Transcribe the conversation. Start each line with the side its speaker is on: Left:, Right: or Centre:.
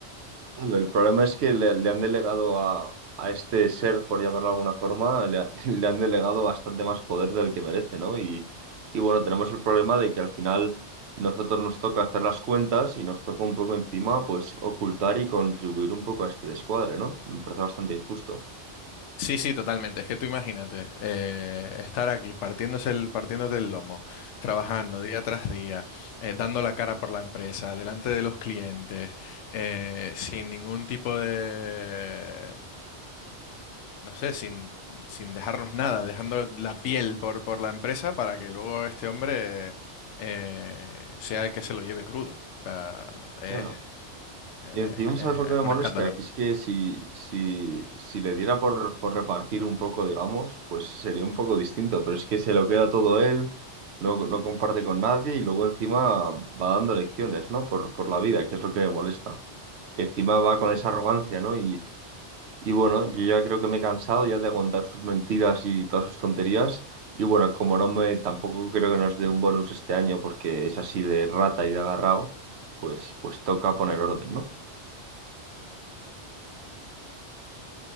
Right: Claro, El problema es que le, le han delegado a, a este ser, por llamarlo de alguna forma, le, ha- <laughs> le han delegado bastante más poder del que merece, ¿no? Y, y bueno, tenemos el problema de que al final nosotros nos toca hacer las cuentas y nos toca un poco encima, pues, ocultar y contribuir un poco a este descuadre, ¿no? Me parece bastante injusto.
Left: Sí, sí, totalmente. Es que tú imagínate, eh, estar aquí partiéndose el, partiéndote el lomo, trabajando día tras día, eh, dando la cara por la empresa, delante de los clientes, eh, sin ningún tipo de, no sé, sin, sin dejarnos nada, dejando la piel por, por la empresa para que luego este hombre eh, sea el que se lo lleve crudo. O sea, es,
Right: Claro.
Left: es,
Right: Y encima, ¿sabes
Left: es-
Right: lo que me
Left: es un
Right: molesta?
Left: escándalo.
Right: Que es que si, si, si le diera por, por repartir un poco, digamos, pues sería un poco distinto, pero es que se lo queda todo él, no, no comparte con nadie y luego encima va dando lecciones, ¿no? Por, por la vida, que es lo que me molesta. Que encima va con esa arrogancia, ¿no? Y, y bueno, yo ya creo que me he cansado ya de aguantar sus mentiras y todas sus tonterías. Y bueno, como no me, tampoco creo que nos dé un bonus este año porque es así de rata y de agarrado, pues, pues toca poner orden, ¿no?